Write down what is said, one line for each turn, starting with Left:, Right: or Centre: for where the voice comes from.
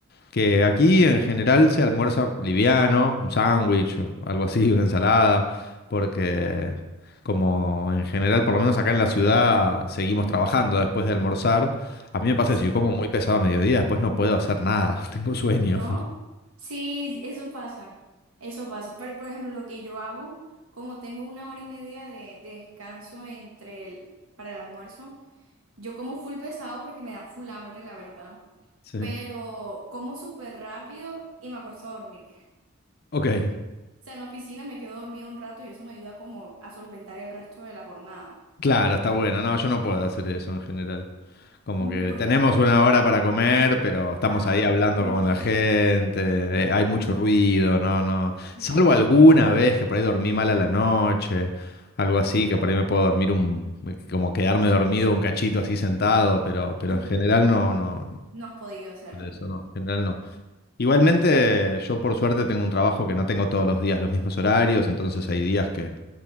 Left: que aquí en general se almuerza liviano, un sándwich o algo así, una ensalada, porque como en general, por lo menos acá en la ciudad, seguimos trabajando después de almorzar. A mí me pasa
Right: Sí.
Left: que si yo como muy pesado a mediodía, después no puedo hacer nada, <laughs> tengo sueño.
Right: ¿No? Sí, eso pasa. Eso pasa. Pero, por ejemplo, lo que yo hago, como tengo una hora y media de, de descanso entre el, para el almuerzo, yo como full pesado porque me da full hambre, la verdad.
Left: Sí.
Right: Pero como súper rápido y me acuesto a dormir.
Left: Ok,
Right: O sea, en la oficina me quedo dormida un rato y eso me ayuda como a solventar el resto de la jornada.
Left: claro, está bueno. No, yo no puedo hacer eso en general. Como
Right: ¿Y
Left: que
Right: por
Left: tenemos
Right: qué no puedes?
Left: una hora para comer, pero estamos
Right: Ah,
Left: ahí hablando
Right: no, es muy
Left: con
Right: poquito.
Left: la gente, eh, hay mucho ruido, no, no.
Right: Sí.
Left: Salvo alguna vez que por ahí dormí mal a la noche, algo así, que por ahí me puedo dormir un, como quedarme dormido un cachito así sentado, pero, pero
Right: Ajá.
Left: en general no, no,
Right: No has podido hacerlo.
Left: eso no, en general no. Igualmente, yo por suerte tengo un trabajo que no tengo todos los días los mismos horarios, entonces hay días que